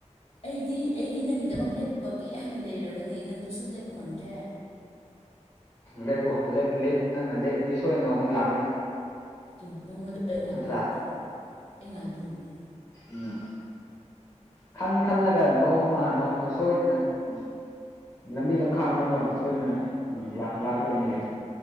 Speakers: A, on the left; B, on the left.
A: ꯑꯩꯗꯤ ꯑꯩꯗꯤ ꯅꯪꯒꯤꯗꯃꯛ ꯂꯦꯞꯄꯒꯦ ꯍꯥꯏꯅ ꯂꯩꯔꯕꯅꯦ ꯅꯪꯗꯨꯁꯨ ꯂꯦꯞꯄ ꯉꯝꯗ꯭ꯔꯦ
B: ꯂꯦꯞꯄꯨ ꯂꯦꯞ ꯂꯦꯞ ꯅꯪꯅ ꯂꯦꯞꯄꯗꯤ ꯁꯣꯏ ꯅꯣꯡꯃꯩ ꯂꯥꯛ
A: ꯗꯨ ꯅꯣꯡꯃꯗ ꯑꯩ ꯉꯥꯏꯕ
B: ꯅꯠꯇ꯭ꯔꯥ
A: ꯉꯝꯗꯦ ꯑꯩ ꯉꯥꯏꯕ ꯉꯝꯗꯦ
B: ꯎꯝ ꯈꯪ ꯈꯜꯂꯒ ꯅꯣꯡꯃ ꯅꯣꯡꯃ ꯁꯣꯏ ꯎꯝ ꯂꯝꯕꯤ ꯂꯝꯈꯥꯡꯗꯀꯣ ꯁꯣꯏꯗꯅ ꯎꯝ ꯂꯥꯛꯀꯗꯕꯅꯤꯗ